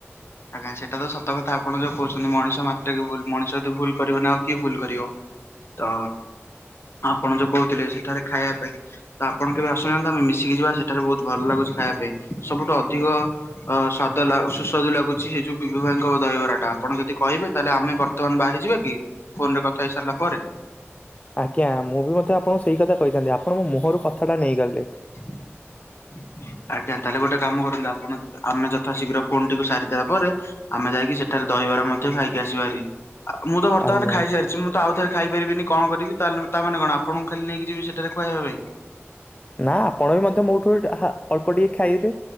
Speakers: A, on the left (about 60°); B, on the left (about 30°).
A: ଆଜ୍ଞା ସେଇଟା ତ ସତ କଥା ଆପଣ ଯୋଉ କହୁଛନ୍ତି ମଣିଷ ମାତ୍ରକେ ଭୁଲ, ମଣିଷଯଦି ଭୁଲ କରିବନି ଆଉ କିଏ ଭୁଲ କରିବ। ତ ଆପଣ ଯୋଉ କହୁଥିଲେ ସେଠାରେ ଖାଇବା ପାଇଁ। ତ ଆପଣ କେବେ ଆସୁନାହାନ୍ତନ୍ତି ଆମେ ମିଶିକି ଯିବା ସେଠାରେ ବହୁତ ଭଲ ଲାଗୁଛି ଖାଇବା ପାଇଁ ସବୁଠୁ ଅଧିକ ଅ ସ୍ୱାଦ ଲାଗ ସୁସ୍ୱାଦୁ ଲାଗୁ ଛି ସେ ଯୁ ବିଭୁ ଭାଇଙ୍କ ଦହି ବରା ଟା ଆପଣ ଯଦି କହିବେ ତାହେଲେ ଆମେ ବର୍ତ୍ତମାନ ବାହାରିଯିବା କି? ଫୋନ ରେ କଥା ହେଇ ସାରିଲା ପରେ
B: ଜ୍ଞା ମୁଁ ବି ମଧ୍ୟ ଆପଣଙ୍କୁ ସେଇ କଥା କହିଥାନ୍ତି ଆପଣ ମୋ ମୁହଁରୁ କଥାଟା ନେଇ ଗଲେ।
A: ହ ଆଜ୍ଞା ତାହେଲେ ଗୋଟେ କାମ କରନ୍ତୁ ଆପଣ ଆମେ ଯଥା ଶୀଘ୍ର ଫୋନ ଟିକୁ ସାରିଦେଲା ପରେ ଆମେ ଯାଇକି ସେଠାରେ ଦହିବରା ମଧ୍ୟ ଖାଇକି ଆସିବାହେରି ମୁଁ ତ ବର୍ତ୍ତମାନ
B: ଆଜ୍ଞା।
A: ଖାଇସାରିଛି। ମୁଁ ତ ଆଉଥରେ ଖାଇ ପାରିବିନି କଣ କରିବି? ତାଲେ ତାମାନେ କଣ ଆପଣଙ୍କୁ ଖାଲି ନେଇିକି ଯିବି ସେଠାରେ ଖୁଆଇବା ପାଇଁ?
B: ନା ଆପଣ ବି ମଧ୍ୟ ମୋଠୁ ହା ଅଳ୍ପ ଟିକେ ଖାଇବେ।